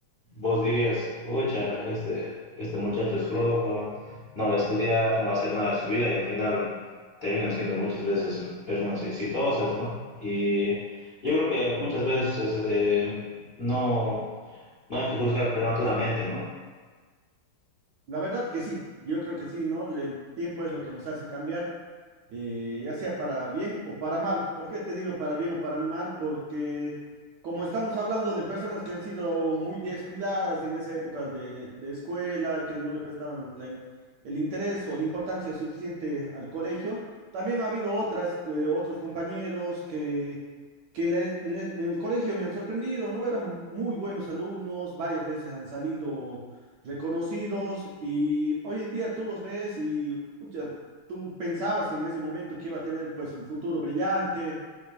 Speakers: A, on the left; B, on the right.
A: Vos dirías, pucha, este, este muchacho es flojo, no va a estudiar, no va a hacer nada de su vida y al final terminan siendo muchas veces personas exitosas, ¿no? Y yo creo que muchas veces eh, no, no hay que juzgar prematuramente, ¿no?
B: La verdad que sí, yo creo que sí, ¿no? El tiempo es lo que nos hace cambiar. eh, ya sea para bien o para mal. ¿Por qué te digo para bien o para mal? Porque como estamos hablando de personas que han sido muy descuidadas en esa época de, de escuela, que no le prestaban la in- el interés o la importancia suficiente al colegio, también ha habido otras, eh, otros compañeros que... que en, la- en la- en el colegio me han sorprendido, ¿no? Eran muy buenos alumnos, varias veces han salido reconocidos y hoy en día tú los ves y pucha, tú pensabas en ese momento que iba a tener pues un futuro brillante